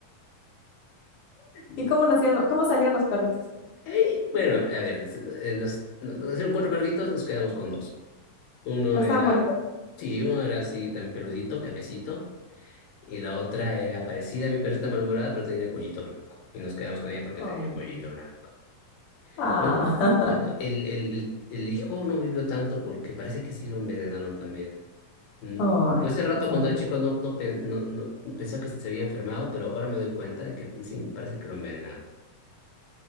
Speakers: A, on the left; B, on the left.
A: Y-
B: ¿Y cómo nacieron, cómo salieron los perritos?
A: Ey, bueno, a ver, s- eh, nos, nos, nos hicieron cuatro perritos, nos quedamos con dos. Uno
B: Pues
A: era,
B: estaban bonitos.
A: sí, uno era así también peludito, cafecito, y la otra era parecida a mi perrita malhumorada, pero tenía el cuellito blanco. Y nos quedamos con ella porque
B: Oh.
A: tenía el cuellito blanco.
B: Ah,
A: Bueno, bueno, el, el, el, el hijo no vivió tanto porque parece que sí lo envenenaron también.
B: <laughs>
A: Mm.
B: ay,
A: Yo hace rato
B: es
A: cuando
B: horrible.
A: era chico no, no, pen- no, no pensé que se había enfermado, pero ahora me doy cuenta de que sí, me parece que lo envenenaron.